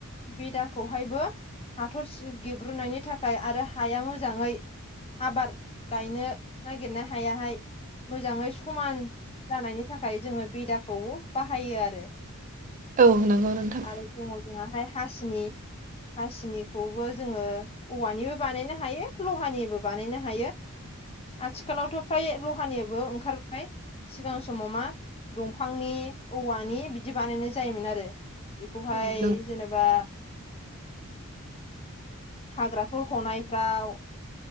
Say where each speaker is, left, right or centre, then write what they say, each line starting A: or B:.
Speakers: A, on the left; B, on the right.
A: बेदाखौहायबो हाथर सि गेब्रुनायनि थाखाय आरो हाया मोजाङै आबार गायनो नागिरनो हायाहाय मोजाङै समान जानायनि थाखाय जोङो बेदाखौ बाहायो आरो।
B: औ नंगौ नोंथां
A: आरो दङ जोंहाहाय हासिनि। हासिनिखौबो जोङो औवानिबो बानायनो हायो लहानिबो बानायनो हायो। आथिखालावथ' फ्राय लहानिबो ओंखारबाय। सिगां समाव मा दंफांनि औवानि बिदि बानायनाय जायोमोन आरो। बेखौहाय
B: औ नंगौ
A: जेनोबा हाग्राफोर हनायफ्राव‌